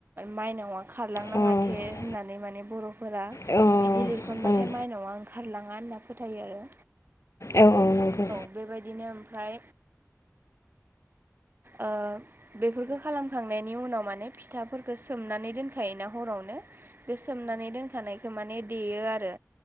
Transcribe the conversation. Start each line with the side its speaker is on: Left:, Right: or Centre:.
Right: माइनावा खारलांनाङाथे
Left: अ
Right: होननानै माने बर'फोरा।
Left: अ
Right: बिदि लिरखनबाथाय
Left: उम
Right: माइनावआ ओंखारलाङा होनना फोथायो आरो।
Left: औ औ नंगौ।
Right: बेबायदिनो ओमफ्राय ओ बेफोरखौ खालाम खांनायनि उनाव माने फिथाफोरखौ सोमनानै दोनखायोना हरावनो बे सोमनानै दोनखानाय सोममाने देयो आरो।